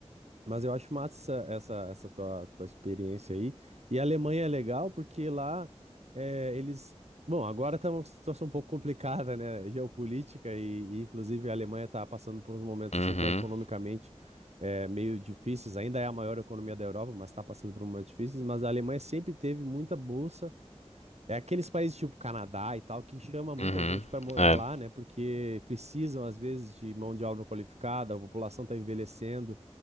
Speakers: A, on the right (about 80°); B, on the left (about 85°).
A: mas eu acho massa essa, essa, essa tua, tua experiência aí. E a Alemanha é legal porque lá eh, eles. Bom, agora tá uma situação um pouco complicada, né? Geopolítica, e, e, inclusive a Alemanha está passando por uns momentos
B: Uhum.
A: assim, até economicamente eh, meio difíceis. Ainda é a maior economia da Europa, mas está passando por momentos difíceis. Mas a Alemanha sempre teve muita bolsa é aqueles países tipo Canadá e tal que chama muita
B: Uhum.
A: gente para morar
B: É.
A: lá, né? Porque precisam às vezes de mão de obra qualificada, a população tá envelhecendo